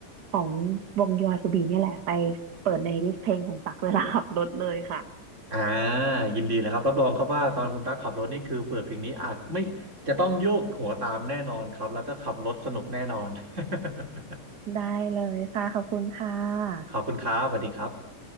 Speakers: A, on the right; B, on the right.
A: ของวงยอ s ูบีเนี่ยแหละไปเปิดในลิสต์เพลงของตั๊กเวลาขับรถเลยค่ะ
B: อ่ายินดีเลยครับ รับรองครับว่าตอนคุณตั๊กขับรถนี่คือเปิดเพลงนี้อาจไม่จะต้องโยกหัวตามแน่นอนครับ แล้วก็ขับรถสนุกแน่นอน <laughs>
A: ได้เลยค่ะขอบคุณค่ะ
B: ขอบคุณครับสวัสดีครับ